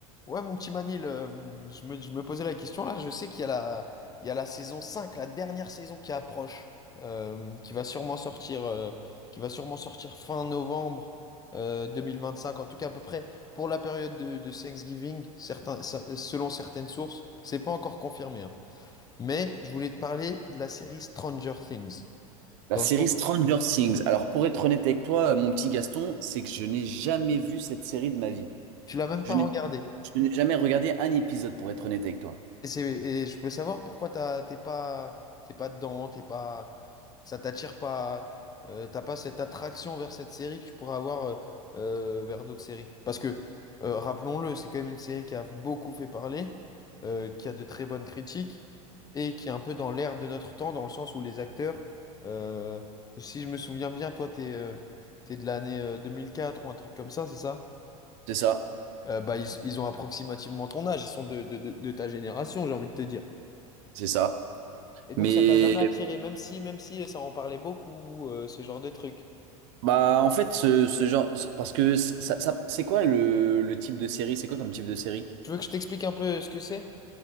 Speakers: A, on the left; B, on the right.
A: Ouais, mon petit Manil, euh, je me, je me posais la question là. Je sais qu'il y a la, il y a la saison 5, la dernière saison qui approche, euh, qui va sûrement sortir, euh, qui va sûrement sortir fin novembre euh, 2025, en tout cas à peu près pour la période de, de Thanksgiving, certains, ce- selon certaines sources. C'est pas encore confirmé, hein. Mais je voulais te parler de la série Stranger Things,
B: La
A: dans
B: série
A: le sens
B: Stranger Things. Alors, pour être honnête avec toi, euh, mon petit Gaston, c'est que je n'ai jamais vu cette série de ma vie.
A: tu l'as même
B: Je
A: pas
B: n'ai
A: regardée.
B: je n'ai jamais regardé un épisode, pour être honnête avec toi.
A: Et, c'est- et je peux savoir pourquoi t'as- t'es pas, t'es pas dedans, t'es pas. Ça t'attire pas, euh, t'as pas cette attraction vers cette série que tu pourrais avoir euh, euh, vers d'autres séries. Parce que, euh, rappelons-le, c'est quand même une série qui a beaucoup fait parler, euh, qui a de très bonnes critiques, et qui est un peu dans l'air de notre temps, dans le sens où les acteurs, euh, si je me souviens bien, toi, t'es euh, t'es de l'année euh, 2004 ou un truc comme ça, c'est ça?
B: C'est ça,
A: Euh, bah, ils, ils ont approximativement ton âge, ils sont de, de, de, de ta génération, j'ai envie de te dire.
B: c'est ça.
A: Et donc
B: Mais,
A: ça t'a jamais attiré, même si, même si ça en parlait beaucoup, euh, ce genre de truc.
B: bah, en fait, ce, ce genre, ce- parce que ça, ça- ça- c'est quoi le, le type de série? C'est quoi comme type de série?
A: Tu veux que je t'explique un peu ce que c'est?